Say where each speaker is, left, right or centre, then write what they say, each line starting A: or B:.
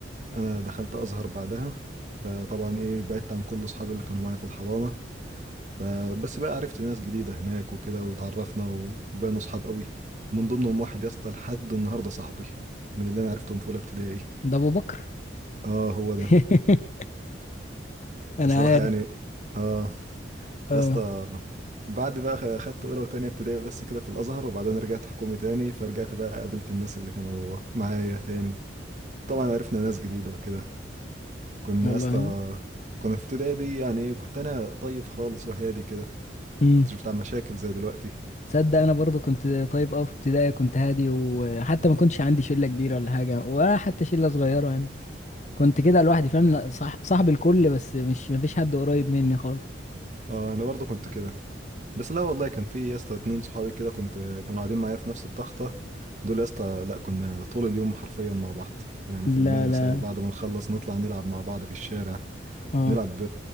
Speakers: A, on the right; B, on the left.
A: انا دخلت ازهر بعدها فطبعا ايه بعدت عن كل اصحابي اللي كانوا معايا في الحضانه فبس بقى عرفت ناس جديده هناك وكده وتعرفنا وبقينا اصحاب قوي من ضمنهم واحد يا اسطى لحد النهارده صاحبي من اللي انا عرفتهم في اولى ابتدائي
B: ده ابو بكر
A: اه هو ده
B: <laughs> انا
A: صراحه
B: عارف
A: يعني اه
B: اه
A: يا اسطى بعد بقى خ- خدت اولى وتانية ابتدائي بس كده في الازهر وبعدين رجعت حكومي تاني فرجعت بقى قابلت الناس اللي كانوا معايا تاني طبعا عرفنا ناس جديده وكده كنا
B: والله
A: يا اسطى كنا في ابتدائي دي يعني ايه كنت انا طيب خالص وهادي كده
B: امم
A: كنت شفت على مشاكل زي دلوقتي
B: تصدق انا برضو كنت طيب قوي في ابتدائي كنت هادي وحتى ما كنتش عندي شلة كبيرة ولا حاجة ولا حتى شلة صغيرة يعني. كنت كده لوحدي فاهم صح صاحب الكل بس مش مفيش حد قريب مني خالص
A: اه انا برضه كنت كده بس لا والله كان في يا اسطى اتنين صحابي كده كنت كانوا قاعدين معايا في نفس التخته دول يا اسطى لا كنا طول اليوم حرفيا مع بعض يعني
B: لا
A: في المدرسه
B: لا
A: وبعد ما نخلص نطلع نلعب مع بعض في الشارع
B: اه
A: نلعب